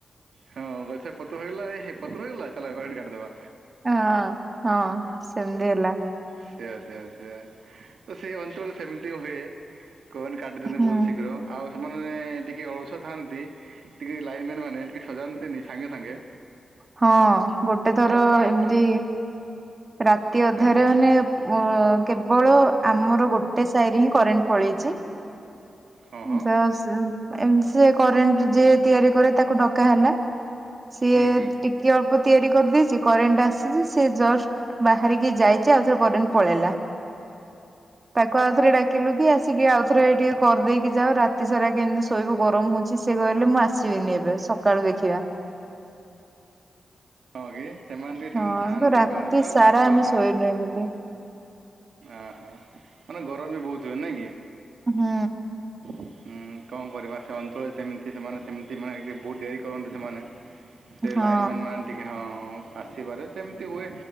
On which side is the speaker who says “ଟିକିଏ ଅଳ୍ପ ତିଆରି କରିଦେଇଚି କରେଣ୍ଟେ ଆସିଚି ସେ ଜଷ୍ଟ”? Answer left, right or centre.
Right